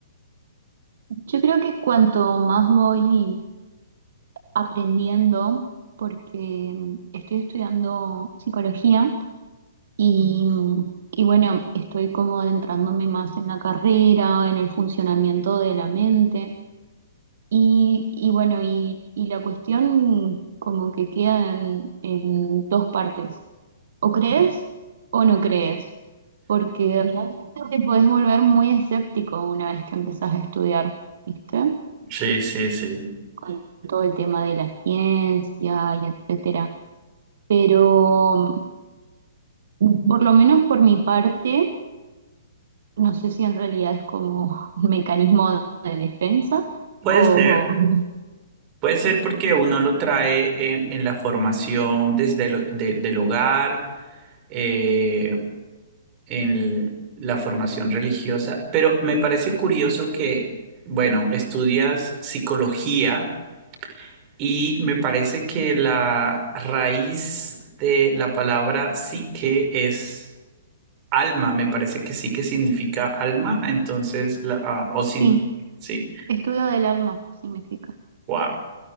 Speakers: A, on the right; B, on the right.
A: Yo creo que cuanto más voy aprendiendo, porque mm, estoy estudiando psicología y, mm, y bueno, estoy como adentrándome más en la carrera, en el funcionamiento de la mente. Y, y bueno, y, y la cuestión como que queda en en dos partes. o crees o no crees, porque realmente te puedes volver muy escéptico una vez que empezás a estudiar, ¿viste?
B: Sí, sí, sí.
A: Con todo el tema de la ciencia y etcétera. Pero mm, por lo menos por mi parte, no sé si en realidad es como un mecanismo de defensa
B: Puede
A: o
B: ser,
A: Ujú.
B: puede ser porque uno lo trae en, en la formación desde el de- del hogar, eh, en l- la formación religiosa, pero me parece curioso que, bueno, estudias psicología. Y me parece que la raíz de la palabra psique es alma. Me parece que sí que significa alma. Entonces, la, ah, o signi-
A: sí,
B: sí.
A: estudio del alma significa.
B: Wow,